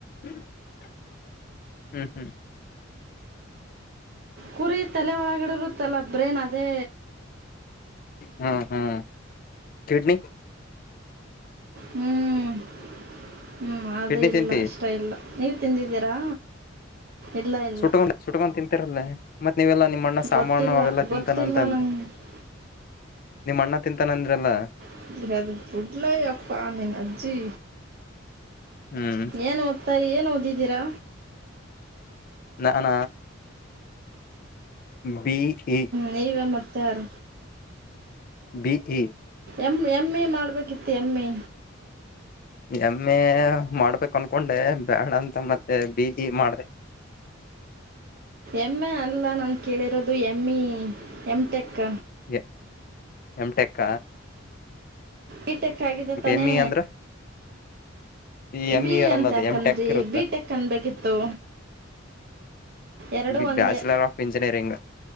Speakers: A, on the left; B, on the right.
A: ಹ್ಮ್ ಹ್ಮ್
B: ಕುರಿ ತಲೆ ಒಳಗಿಡರು ತಲೆ ಬ್ರೇನ್ ಅದೇ
A: ಹ್ಮ್ ಹ್ಮ್ ಕಿಡ್ನಿಕ್
B: ಹ್ಮ್ ಹ್ಮ್ ಆದೂ
A: ಕಿಡ್ನಿ
B: ಇಲ್ಲ
A: ತಿಂತಿ
B: ಇಷ್ಟ ಇಲ್ಲ ನೀವು ತಿಂದಿದ್ದೀರಾ ಇಲ್ಲ ಇಲ್ಲ
A: ಸುಟ್ಕೊಂಡ ಸುಟ್ಕೊಂಡು ತಿಂತಿರಲ್ಲೇ ಮತ್ತತ್ ನೀವೆಲ್ಲಾ ನಿಮ್ಮಣ್ಣ ಸಾಮಾನು
B: ಗೊತ್ತಿಲ್ಲ
A: ಅವೆಲ್ಲ ತಿಂತಾನ
B: ಗೊತ್ತಿಲ್ಲ
A: ಅಂತ ಅಂದ
B: ನಂಗೆ
A: ನಿಮ್ಮ ಅಣ್ಣ ತಿಂತಾನ ಅಂದ್ರಲ್ಲ
B: <inaudible> ಅಪ್ಪ ನಿನ್ ಅಜ್ಜಿ
A: ಹ್ಮ್
B: ಏನ್ ಮ ಸರಿ ಏನು ಓದಿದ್ದೀರಾ
A: ನಾನ ಬಿ ಈಚ್
B: ನವೇ ಮತ್ತೆ ಯಾರ
A: B E
B: M M A ಮಾಡಬೇಕಿತ್ತು ಎಮ್ ಎ
A: ಎಮ್ ಎ ಮಾಡ್ಬೇಕ ಅನ್ಕೊಂಡೆ ಬ್ಯಾಡ ಅಂತ ಮತ್ತೆ ಬಿ ಇ ಮಾಡಿದೆ
B: ಎಮ ಎ ಅಲ್ಲ ನಾನು ಕೇಳಿರೋದು M E M tech
A: A... M ಟೆಕ್ಕ
B: ಈ ಟೇಕ್ ಆಗಿದ್ದೆ ತಾನೇ
A: ಎಮ್ ಇ ಅಂದ್ರ ಈ ಎಮ್
B: ಬಿ ಇ
A: ಇರಲ್ಲ
B: ಅಂತ
A: ಅದು
B: ಯಾಕಂದ್ರಿ
A: ಎಮ್ ಟೆಕ್ ಇರುತ್ತ
B: ಬಿ ಟೇಕ್ ಅನ್ಬೇಕಿತ್ತು ಎರಡೂ
A: ಬಿ
B: ಒಂದೇ
A: bachelor of engineering